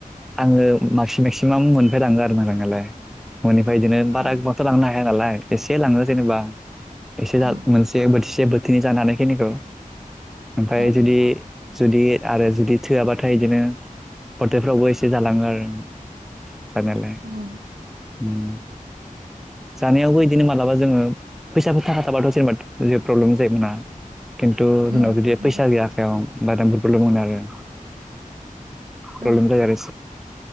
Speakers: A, in the centre; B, on the right.
A: आङो मासि मेक्सिमाम न'निफ्राय लांङो आरो ना लांनायालाय ननिफ्राय बिदिनो बारा
B: अ
A: गोबांथ' लांनो हाया हाया नालाय एसे लांनो जेनेबा एसे जा-मोनसे
B: औ
A: बोथिसे बो थिनै जानो हानाय खिनिखौ ओमफ्राय
B: औ
A: जुदि
B: औ
A: जुदि आरो जुदि थोआबाथाय इदिनो हथेलफ्रावबो एसे जालाङो आरो जानायालाय
B: उम
A: उम जानायावबो बिदिनो मालाबा जोङो फैसा फोर थाख थाबाथ जेनेबा जेबो प्रब्लेम जायो बुंङा खिन्थु
B: उम
A: जोंनाव जुदि
B: नंगौ
A: फैसा गैया आखायाव बादामफोरखौल' मोनो आरो प्रब्लेमजायो
B: औ
A: आरो